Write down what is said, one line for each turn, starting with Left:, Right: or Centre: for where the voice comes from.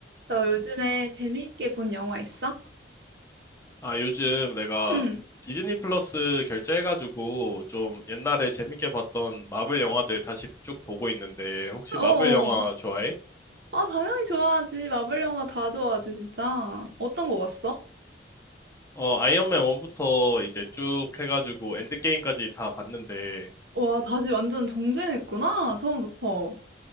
Right: 너 요즘에 재미있게 본 영화 있어?
Left: 아, 요즘 내가
Right: 응.
Left: 디즈니 플러스 결제해가지고 좀 옛날에 재밌게 봤던 마블 영화들 다시 쭉 보고 있는데 혹시
Right: 어.
Left: 마블 영화 좋아해?
Right: 아, 당연히 좋아하지. 마블 영화 다 좋아하지, 진짜. 어떤 거 봤어?
Left: 어, 아이언맨 1부터 이제 쭉 해가지고 엔드게임까지 다 봤는데
Right: 와, 다시 완전 정주행했구나. 처음부터.